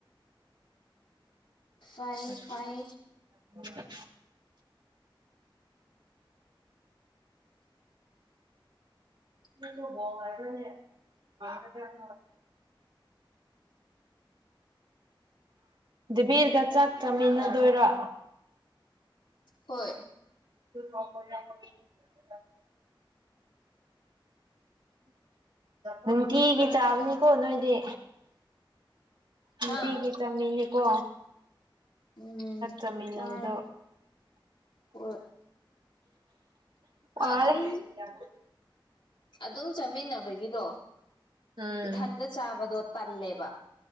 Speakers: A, on the left (about 75°); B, on the right (about 60°).
A: ꯐꯩ ꯐꯩ
B: <inaudible> <inaudible> <unintelligible> ꯗꯤꯕꯤꯔꯒ ꯆꯥꯛ ꯆꯥꯃꯤꯟꯅꯗꯣꯏꯔ
A: ꯍꯣꯏ
B: <inaudible> ꯅꯨꯡꯇꯤꯒꯤ ꯆꯥꯕꯅꯦꯀꯣ ꯅꯣꯏꯗꯤ ꯅꯨꯡꯇꯤꯒꯤ
A: ꯍꯥ
B: ꯇꯝꯃꯤꯅꯤꯀꯣ
A: ꯎꯝ
B: ꯆꯥꯃꯤꯟꯅꯕꯗꯣ
A: ꯆꯥꯔꯦ ꯍꯣꯏ
B: ꯑꯥꯢ
A: ꯑꯗꯨꯝ
B: ꯋꯥꯔꯦ
A: ꯑꯗꯨꯝ ꯆꯥꯃꯤꯟꯅꯕꯒꯤꯗꯣ
B: ꯎꯝ
A: ꯏꯊꯟꯗ ꯆꯥꯕꯗꯣ ꯇꯜꯂꯦꯕ